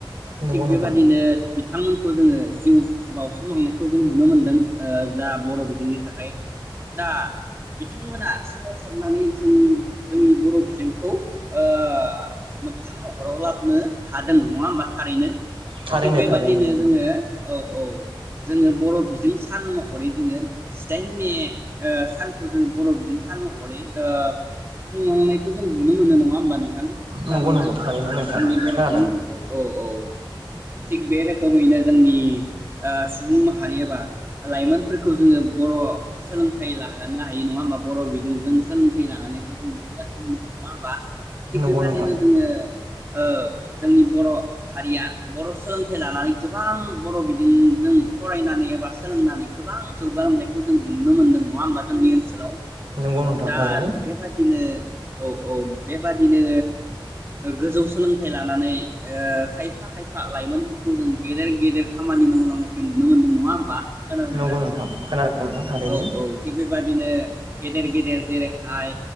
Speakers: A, on the right; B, on the right.
A: नंगौ
B: थिग
A: नंगौ नोंथां
B: बेबादिनो बिथांमोनखौ जोङो जिउ बाउसोमलांनायखौ जों नुनो मोनदों जा नि थाखाय दा बिथांमोना सोमावसारनानै जों जोंनि बर' बिजोंखौ ओ मोगथां महराव लाबोनो हादों नङा होमबा थारैनो
A: थारैनो
B: थिग बेबादिनो
A: थारैनो
B: जोङो औ औ। जोङो बर' बिजों सान महरै जोंङो जिदाइन मे ओ सान खौ जों बर' बिजों सान महरै ओ खुंलांनायखौ जों नुनो मोनो नङा होमबा नोंथां खोनादोंना
A: नंगौ नंगौ थारैनो नोंथां
B: जोंनि बर'
A: खोनादों
B: सुबुंफोरखौ औ औ थिग बे रोखोमैनो जों नि ओ सुबुं माहारि एबा लाइमोनफोरखौ जोङो बर' सोलोंथाइ लाहोनो हायो नङा होमबा बर' बिजोंजों ओं थैला। हानायखौ जों नुबोगासिनो दङ। नङा होमबा थिग
A: नंगौ
B: बेबादिनो
A: नोंथां
B: जोङो ओ जोंनि बर' हारिया बर' सोलोंथाइ लानानै गोबां बर' बि जों जों फरायनानै एबा सोलोंनानै गोबां जौगालांनायखौ जों नुनो मोनदों नङा होमबा जोंनि ओनसोलाव
A: नंगौ नोंथां
B: दा
A: थारैनो
B: बेबादिनो औ औ बेबादिनो गोजौ सोलोंथाइ लानानै ओ खायफा खायफा लाइमोनफोरखौ जों गेदेर गेदेर खामानि मावलांनायखौ नुनो मोनदों नङा होमबा खोनादोंना?
A: नंगौ नोंथां खोनादों नोंथां थारैनो
B: औ औ थिग बेबादिनो गेदेर गेदेर जेरै हाय